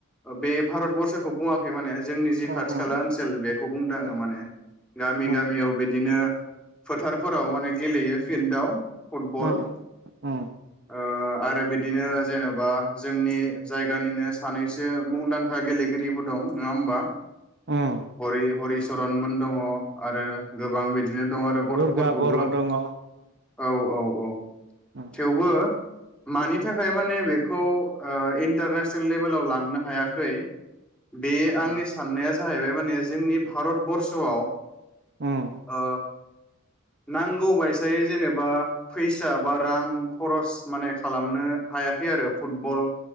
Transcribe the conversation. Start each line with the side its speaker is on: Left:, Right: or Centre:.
Centre: बे भारत बरसखौ बुङाखै माने जोंनि जि
Right: उम
Centre: खाथि खाला
Right: उम
Centre: ओनसोल बेखौ बुंदों आङो
Right: उम
Centre: माने- गामि गामियाव
Right: उम
Centre: बिदिनो बिदिनो फोथारफोराव माने गेलेयो फिल्डआव फुटबल
Right: उम उम
Centre: ओम आरो बिदिनो जेनबा जोंनि जायगानिनो सानैसो मुंदांखा गेलेगिरिबो दं नङा होमबा?
Right: उम
Centre: हरिचरनमोन दङ। <inaudible> आरो गोबां बिदिनो दं आरो गथफोरखौबो
Right: दुर्गा बर' दङ औ
Centre: औ। औ औ।
Right: उम
Centre: थेवबो मानि थाखाय माने बेखौ इन्टारनेसनेल लेभेलाव लांनो हायाखै बे
Right: उम
Centre: आंनि साननाया जाहैबाय माने जोंनि भारतबर्सआव
Right: उम
Centre: ओ नांगौ बायसायै जेनेबा फैसा बा रां खरस माने खालामनो हायाखै आरो फुटबल